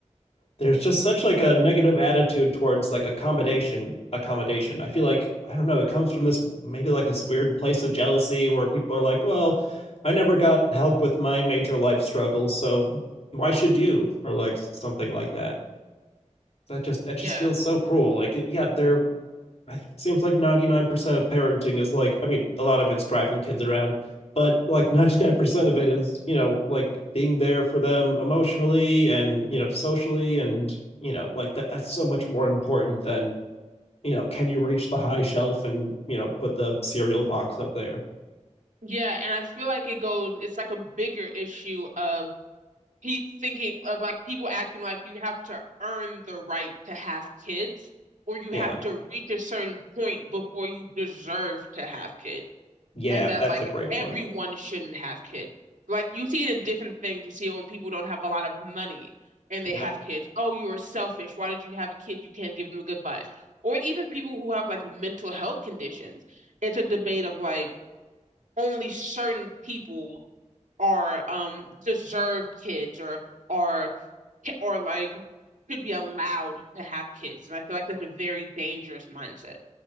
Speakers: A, on the left; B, on the right.
A: there's just such like a negative attitude towards like accommodation accommodation i feel like i don't know it comes from this maybe like this weird place of jealousy where people are like well i never got help with my major life struggles so why should you or like something like that that just that just
B: Yeah.
A: feels so cruel like yeah they're it seems like 99% of parenting is like i mean a lot of it's driving kids around but like <laughs> 99% of it is you know like being there for them emotionally and you know socially and you know like that that's so much more important than you know can you reach the high shelf and you know put the cereal box up there
B: Yeah, and I feel like it goes, it's like a bigger issue of pe thinking of like people acting like you have to earn the right to have kids or you
A: yeah
B: have to reach a certain point before you deserve to have kids
A: yeah
B: and that
A: that's
B: like
A: a great
B: everyone
A: point
B: shouldn't have kids. Like you see it in different things. You see it when people don't have a lot of money and
A: yeah
B: they have kids. Oh, you are selfish. Why did you have a kid? You can't give them a good life. Or even people who have like mental health conditions. It's a debate of like only certain people are um deserved kids or are or like should be allowed to have kids. And I feel like that's a very dangerous mindset.